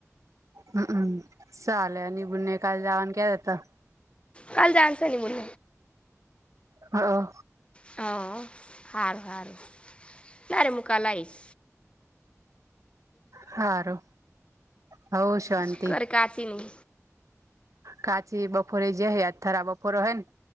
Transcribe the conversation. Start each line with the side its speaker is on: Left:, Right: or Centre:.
Right: હમમ ચાલે ની બુનને એ કાલ જવાની ક્યા જતા હતા.
Left: કાલ જણશે હનીમુન
Right: હા
Left: હ હાર હારું ના રે હું કાલે આઇસ.
Right: હારું હવ શાંતિ.
Left: શું કરે કાચીની.
Right: કાચી બપોરે જે હૈ આથરા બફોરા હૈ ને